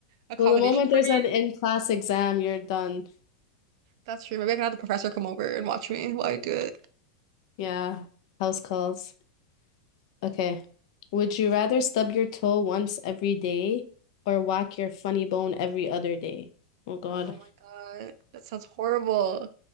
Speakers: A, on the right; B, on the left.
A: accommodation
B: Well, the moment
A: for
B: there's
A: me.
B: an in-class exam, you're done.
A: That's true. Maybe I can have the professor come over and watch me while I do it.
B: Yeah, house calls. Okay. Would you rather stub your toe once every day or whack your funny bone every other day? Oh God.
A: Oh my God, that sounds horrible.